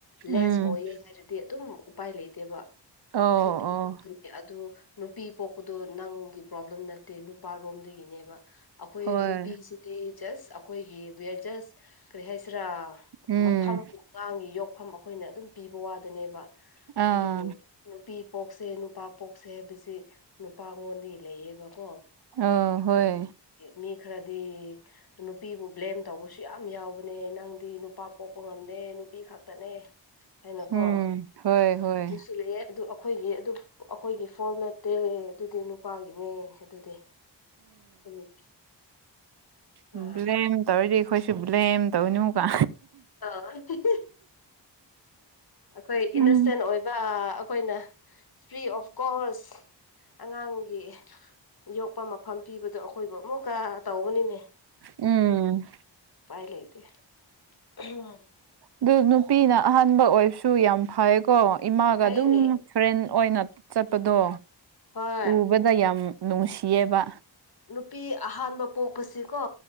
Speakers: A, on the left; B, on the right.
A: ꯂꯦꯁ
B: ꯎꯝ
A: ꯑꯣꯏꯌꯦ ꯍꯥꯏꯔꯗꯤ ꯑꯗꯨꯝ ꯎꯄꯥꯏ ꯂꯩꯇꯦꯕ
B: ꯑꯣ
A: <unintelligible>
B: ꯑꯣ
A: ꯨꯑꯗꯨ ꯅꯨꯄꯤ ꯄꯣꯛꯄꯗꯨ ꯅꯪꯒꯤ ꯄ꯭ꯔꯣꯕ꯭ꯂꯦꯝ ꯅꯠꯇꯦ ꯅꯨꯄꯥꯔꯣꯝꯗꯒꯤꯅꯦꯕ ꯑꯩꯈꯣꯏ
B: ꯍꯣꯏ
A: ꯅꯨꯄꯤꯖꯤꯗꯤ ꯖꯁ ꯑꯩꯈꯣꯏꯒꯤ ꯋꯦꯌꯔ ꯖꯁ ꯀꯔꯤ ꯍꯥꯏꯁꯤꯔꯥ
B: ꯎꯝ
A: ꯃꯐꯝ ꯑꯉꯥꯡꯒꯤ ꯌꯣꯛꯐꯝ ꯑꯩꯈꯣꯏꯅ ꯑꯗꯨꯝ ꯄꯤꯕ ꯋꯥꯗꯅꯦꯕ
B: ꯑꯥ
A: ꯑꯗꯨꯕꯨ ꯅꯨꯄꯤ ꯄꯣꯛꯁꯦ ꯅꯨꯄꯥ ꯄꯣꯛꯁꯦ ꯍꯥꯏꯕꯁꯤ ꯅꯨꯄꯥꯉꯣꯟꯗꯒꯤ ꯂꯩꯌꯦꯕꯀꯣ
B: ꯑꯥ ꯍꯣꯏ
A: ꯃꯤ ꯈꯔꯗꯤ ꯅꯨꯄꯤꯕꯨ ꯕ꯭ꯂꯦꯝ ꯇꯧꯕꯁꯨ ꯌꯥꯝ ꯌꯥꯎꯕꯅꯦ ꯅꯪꯗꯤ ꯅꯨꯄꯥ ꯄꯣꯛꯄ ꯉꯝꯗꯦ ꯅꯨꯄꯤ ꯈꯛꯇꯅꯦ ꯍꯥꯏꯅꯀꯣ
B: ꯎꯝ ꯍꯣꯏ
A: <unintelligible>
B: ꯍꯣꯏ
A: ꯂꯩꯌꯦ ꯑꯗꯨ ꯑꯩꯈꯣꯏꯒꯤ ꯑꯗꯨ ꯑꯩꯈꯣꯏꯒꯤ ꯐꯣꯜ ꯅꯠꯇꯦ ꯑꯗꯨꯗꯤ ꯅꯨꯄꯥꯒꯤꯅꯦ ꯑꯗꯨꯗꯤ ꯑꯗꯨꯗꯤ ꯑꯥ
B: ꯎꯝ ꯕ꯭ꯂꯦꯝ ꯇꯧꯔꯤꯗꯤ ꯑꯩꯈꯣꯏꯁꯨ ꯕ꯭ꯂꯦꯝ ꯇꯧꯅꯨꯒ
A: ꯑꯥ <unintelligible> ꯑꯩꯈꯣꯏ
B: ꯎꯝ
A: ꯏꯅꯣꯁꯦꯟ ꯑꯣꯏꯕ ꯑꯩꯈꯣꯏꯅ ꯐ꯭ꯔꯤ ꯑꯣꯐ ꯀꯣꯁ ꯑꯉꯥꯡꯒꯤ ꯌꯣꯛꯄ ꯃꯐꯝ ꯄꯤꯕꯗꯣ ꯑꯩꯈꯣꯏꯕꯨ ꯑꯃꯨꯛꯀ ꯇꯧꯕꯅꯤꯅꯦ
B: ꯎꯝ
A: ꯎꯄꯥꯏ ꯂꯩ <unintelligible>
B: ꯑꯗꯨ ꯅꯨꯄꯤꯅ ꯑꯍꯥꯟꯕ ꯑꯣꯏꯔꯁꯨ ꯌꯥꯝ ꯐꯩꯀꯣ ꯏꯃꯥꯒ
A: ꯐꯩꯅꯦ
B: ꯑꯗꯨꯝ ꯐ꯭ꯔꯦꯟ ꯑꯣꯏꯅ ꯆꯠꯄꯗꯣ
A: ꯍꯣꯏ
B: ꯎꯕꯗ ꯌꯥꯝ ꯅꯨꯡꯁꯤꯌꯦꯕ
A: ꯅꯨꯄꯤ ꯑꯍꯥꯟꯕ ꯄꯣꯛꯄꯁꯤꯀꯣ